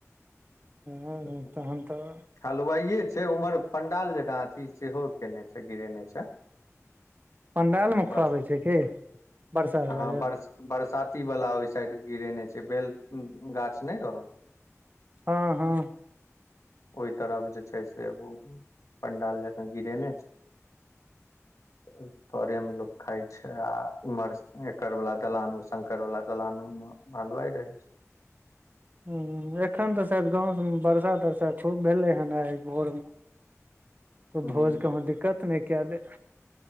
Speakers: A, on the right (about 35°); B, on the left (about 80°).
A: हूं
B: करतै
A: तहन तऽ
B: हलुवाइये छै उम्हर पंडाल जकाँ अथी सेहो केने छै गिरेने छै
A: पंडाल मे खुआबै
B: बरस
A: छै कि बर्षा आर दुआरे
B: हँ बरस बरसाती वला ओहि साइड गिरेने छै बेल गाछ नहि रहो
A: हँ हँ
B: ओहि तरफ जे छै से एखन पंडाल गिरेने छै
A: <inaudible>
B: <unintelligible> तोरेमे लोग खाय छै आ इम्हर एकड़ वाला दलान मे शंकर वाला दालान मे हलवाइ रहै छै
A: हूंम्म एखन तऽ शायद गाँवमे बरसा तरसा खूब भेलै हन आइ भोरमे तऽ
B: हुं
A: भोज कहूं दिक्कत नहि के दै